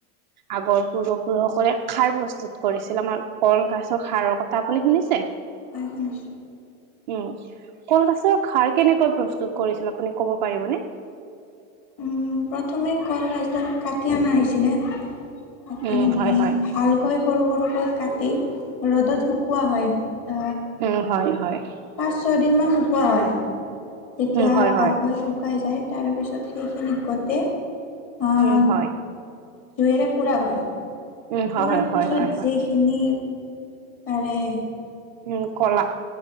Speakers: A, on the right; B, on the left.
A: আগৰ পূৰ্বপুৰুষসকলে খাৰ প্ৰস্তুত কৰিছিল। আমাৰ কলখাছৰ খাৰৰ কথা আপুনি শুনিছে?
B: হয়, শুনিছোঁ।
A: উম, কলখাছৰ খাৰ কেনেকৈ প্ৰস্তুত কৰিছিল আপুনি ক'ব পাৰিবনে?
B: উম, প্ৰথমে কলগছডাল কাটি অনা হৈছিলে, কাটি
A: উম
B: আনি
A: হয় হয়
B: ভালকৈ সৰু, সৰুকৈ কাটি ৰ'দত শুকোৱা হয়। আ
A: উম, হয়- হয়।
B: পাঁচ ছয়দিনমান শুকোৱা হয়। তেতিয়া
A: উম হয়
B: ভালকৈ
A: হয়
B: শুকাই যায়। তাৰপিছত সেইখিনি গোটেই আহ
A: উম, হয়।
B: জুইৰে পোৰা হয়।
A: উম হয়
B: পুৰাৰ
A: হয়
B: পিছত
A: হয় হয় হয়
B: যি কিনি, পাৰে।
A: উম, কলা।